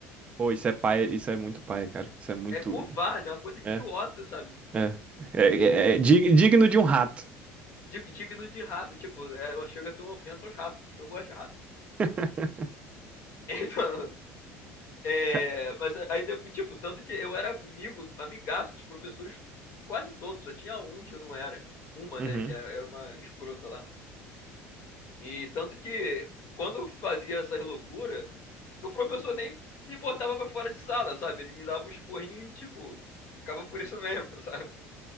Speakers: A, on the right (about 20°); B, on the left (about 45°).
A: Pô, isso é paia, isso é muito paia, cara. Isso é muito.
B: é covarde, é uma coisa idiota,
A: É,
B: sabe?
A: é. É, é-
B: De-
A: é dig- digno de um rato.
B: dig- digno de rato. Tipo, é, chega a ser uma ofensa aos ratos, porque eu gosto de rato.
A: <laughs>
B: <laughs> Então, é,
A: Ca-
B: mas aí depois, tipo, tanto que eu era amigo, amigaço dos professores quase todos, só tinha um que eu não era. Uma,
A: Uhum.
B: né, que é, era uma escrota lá. E tanto que quando eu fazia essas loucuras, o professor nem me botava pra fora de sala, sabe? Ele me dava uns porrinhos e, tipo, ficava por isso <laughs> mesmo, sabe?